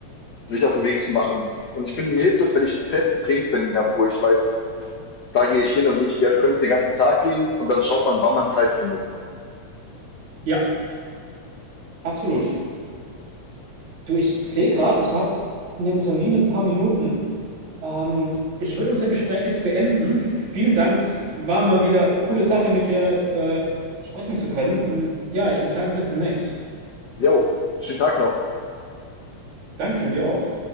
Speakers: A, on the left; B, on the right.
A: sich auf den Weg zu machen. Und ich finde, mir hilft es, wenn ich einen festen Trainingstermin habe, wo ich weiß, da gehe ich hin und nicht, ja, du könntest den ganzen Tag gehen und dann schaut man, wann man Zeit findet.
B: Ja, absolut. Du, ich sehe gerade, ich habe einen Termin in ein paar Minuten. Ähm, ich würde unser Gespräch jetzt beenden. Vielen Dank. Es war mal wieder coole Sache, mit dir äh, sprechen zu können. Und ja, ich würde sagen, bis demnächst.
A: Jo, schönen Tag noch.
B: Dankeschön, dir auch.